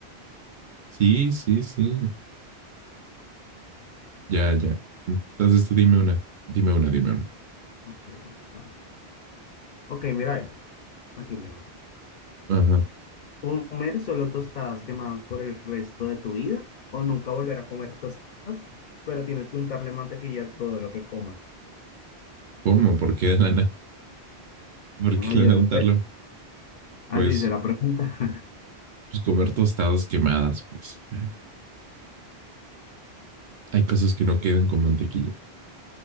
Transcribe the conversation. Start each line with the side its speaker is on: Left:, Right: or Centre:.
Right: Sí, sí, sí. Ya, ya. Entonces tú dime una, dime una, dime una.
Left: Ok, vamos a ver. Ok, mira esto. Aquí tengo.
Right: Ajá.
Left: ¿Comer solo tostadas quemadas por el resto de tu vida? ¿O nunca volver a comer tostadas, pero tienes que untarle mantequilla a todo lo que comas?
Right: ¿Cómo? ¿Por qué lana? ¿Por
Left: Ah,
Right: qué lana
Left: yo no
Right: untarlo?
Left: sé. Así
Right: Pues,
Left: se la pregunta. <laughs>
Right: pues comer tostadas quemadas, pues. Ay, hay cosas que no quedan con mantequilla.